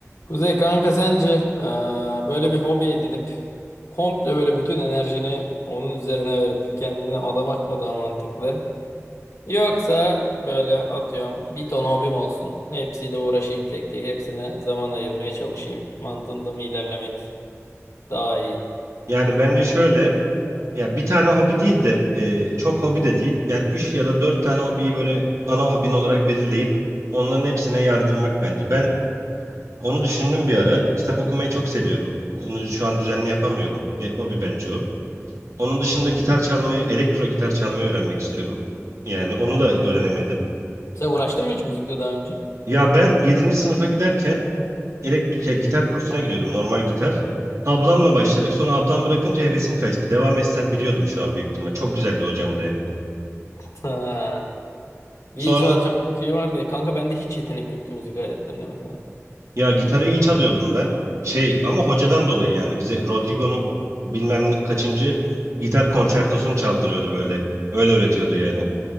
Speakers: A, on the left; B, on the right.
A: Kuzey kanka sence eee, böyle bir hobi edinip komple böyle bütün enerjini onun üzerine verip kendine adamak mı daha mantıklı? Yoksa böyle atıyorum bir ton hobim olsun. Hepsiyle uğraşayım tek tek. Hepsine zaman ayırmaya çalışayım. Mantığında mı ilerlemek daha iyi?
B: Yani bence şöyle ya bir tane hobi değil de e, çok hobi de değil. Yani 3 ya da 4 tane hobiyi böyle ana hobin olarak belirleyip onların hepsine yardırmak bence. Ben onu düşündüm bir ara. Kitap okumayı çok seviyorum. Onu şu an düzenli yapamıyorum. Bir hobi bence o. Onun dışında gitar çalmayı, elektro gitar çalmayı öğrenmek istiyorum. Yani onu da öğrenemedim.
A: Sen uğraştın mı hiç müzikle daha önce?
B: Ya ben yedinci sınıfa giderken elekt ya gitar kursuna gidiyordum normal gitar. Ablamla başladık. Sonra ablam bırakınca hevesim kaçtı. Devam etsem biliyordum şu an büyük ihtimal. Çok güzeldi hocam da yani.
A: <laughs> Ha. Bir
B: Sonra
A: çalacak şey vardı ya. Kanka bende hiç yetenek yoktu müzik aletlerine mesela.
B: ya gitarı iyi çalıyordum ben. Şey ama hocadan dolayı yani bize Rodrigo'nun bilmem ne- kaçıncı gitar konçertosunu çaldırıyordu böyle. Öyle öğretiyordu yani.